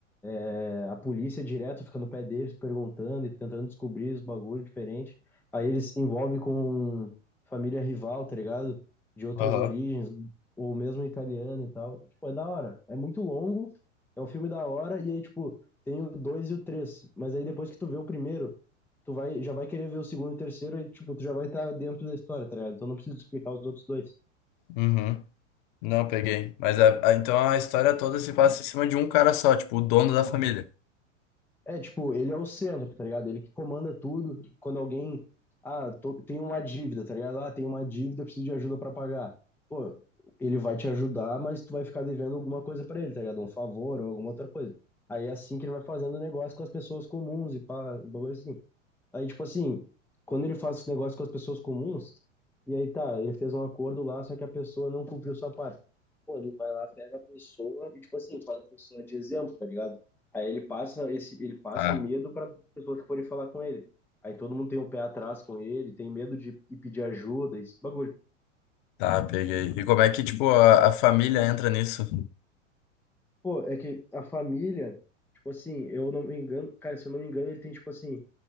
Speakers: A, in the centre; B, on the left (about 40°).
A: É, a polícia direto fica no pé deles perguntando e tentando descobrir os bagulho diferente. Aí eles se envolvem com família rival, tá ligado? De outras
B: Aham.
A: origens, ou mesmo italiana e tal. Tipo, é da hora. É muito longo, é um filme da hora, e aí, tipo, tem o 2 e o três Mas aí depois que tu vê o primeiro, tu vai, já vai querer ver o segundo e o terceiro, e tipo, tu já vai estar dentro da história, tá ligado? Então não preciso explicar os outros dois.
B: Uhum. Não peguei. Mas a, a- então a história toda se passa em cima de um cara só, tipo, o dono da família.
A: É, tipo, ele é o centro, tá ligado? Ele que comanda tudo. Quando alguém, ah, tô, tem uma dívida, tá ligado? Ah, tem uma dívida, preciso de ajuda pra pagar. Pô, ele vai te ajudar, mas tu vai ficar devendo alguma coisa pra ele, tá ligado? Um favor ou alguma outra coisa. Aí é assim que ele vai fazendo negócio com as pessoas comuns e pá, um bagulho assim. Aí, tipo assim, quando ele faz esse negócio com as pessoas comuns, e aí tá, ele fez um acordo lá, só que a pessoa não cumpriu sua parte. Pô, ele vai lá, pega a pessoa e, tipo assim, faz a pessoa de exemplo, tá ligado? Aí ele passa esse, ele passa
B: Tá.
A: medo para pessoas que forem falar com ele. Aí todo mundo tem um pé atrás com ele, tem medo de ir pedir ajuda, esse bagulho.
B: Tá, peguei. E como é que, tipo, a, a família entra nisso?
A: Pô, é que a família, tipo assim, eu não me engano, cara, se eu não me engano, ele tem, tipo assim,